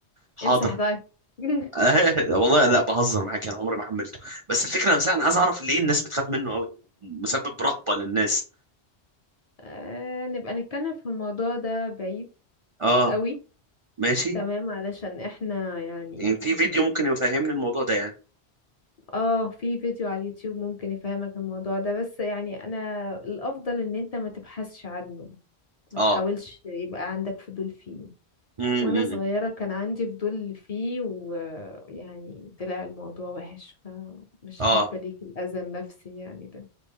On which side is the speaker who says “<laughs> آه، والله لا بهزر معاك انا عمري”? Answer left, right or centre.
Right